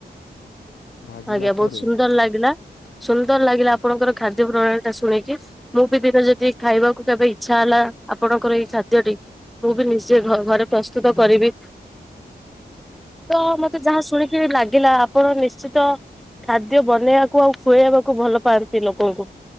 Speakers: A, on the left (about 80°); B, in the centre.
A: ଭାଜିଲା
B: ଆଜ୍ଞା
A: ପରେ
B: ବୋହୁତ ସୁନ୍ଦର ଲାଗିଲା ସୁନ୍ଦର ଲାଗିଲା ଆପଣଙ୍କର ଖାଦ୍ୟ ପ୍ରଣାଳୀ ଟା ଶୁଣିକି ମୁଁ ବି ଦିନେ ଯଦି ଖାଇବାକୁ କେବେ ଇଛା ହେଲା ଆପଣଙ୍କର ଏଇ ଖାଦ୍ୟଟି ମୁଁ ବି ନିଜେ ଘରେ ପ୍ରସ୍ତୁତ କରିବି।
A: ହ
B: ତ ମତେ ଯାହା ଶୁଣିକି ଲାଗିଲା ଆପଣ ନିଶ୍ଚିତ ତ ଖାଦ୍ୟ ବନେଇବାକୁ ଆଉ ଖୁଆଇବାକୁ ଭଲ ପାଆନ୍ତି ଲୋକଙ୍କୁ